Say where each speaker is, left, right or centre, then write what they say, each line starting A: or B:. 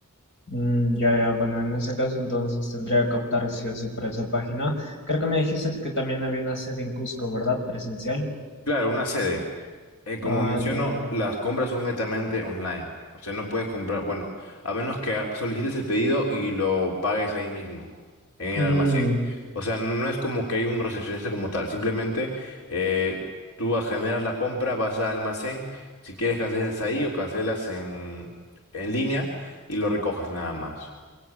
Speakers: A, on the left; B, on the left.
A: mm, ya, ya, bueno, en ese caso entonces tendría que optar sí o sí por esa página. Creo que me dijiste que también había una sede en Cusco, ¿verdad? Presencial.
B: Claro, una sede. Eh, como
A: Ah,
B: menciono,
A: ya, ya.
B: las compras son netamente online. O sea, no puedes comprar, bueno, a menos que solicites el pedido y lo pagues ahí mismo, en
A: Mm,
B: el almacén. O sea, no es como que hay un recepcionista como tal. Simplemente eh, tú generas la compra, vas al almacén, si quieres cancelas ahí o cancelas en, en línea y lo recoges nada más.